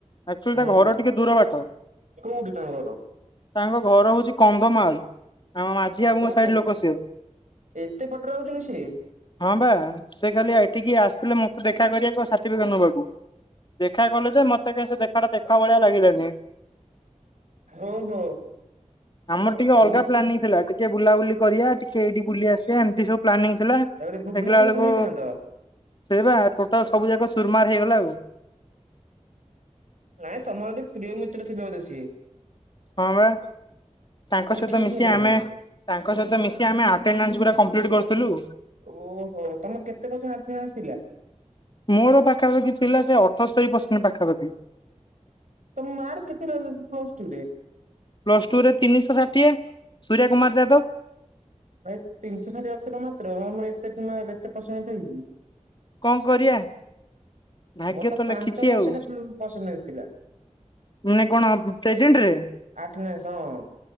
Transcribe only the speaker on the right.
ହୁଁ
କୋଉଠି। ତାଙ୍କ ଘର?
ଓହୋ
ଏତେ ବାଟରେ ଆଉଛନ୍ତି ସିଏ?
ଓହୋ
ଏମିତି।
ତାପରେ ଭୁବନେଶ୍ଵର
ବୁଲେଇଥାନ୍ତ।
ନାଇଁ ତମର ଜଦୀ ପ୍ରିୟ ମିତ୍ର ଥିଲେ ବୋଧେ ସିଏ?
ଏଇଟା
ଠିକ
ହେଲାନି।
ଓହୋ ତମର କେତେ ପର୍ସସେଣ୍ଟ୍ ଥିଲା?
ତମ ମାର୍କ କେତେ ରହିଲା କି ପ୍ଲସ୍ ଟୁ ରେ?
ଭାଇ ତିନିଶହ ଷାଠିଏ ଅଛି ଜମା, ମାତ୍ର ପ୍ରେରମ ରେଟ୍ ରେ ତମେ, ଏତେ ପର୍ସେଣ୍ଟ ଥାଇକି।
ମୋର
ପାଞ୍ଚ
ପରସେଣ୍ଟ
ପରସେଣ୍ଟେଜ ଥିଲା
ଆଟେନାସ୍ ହଁ।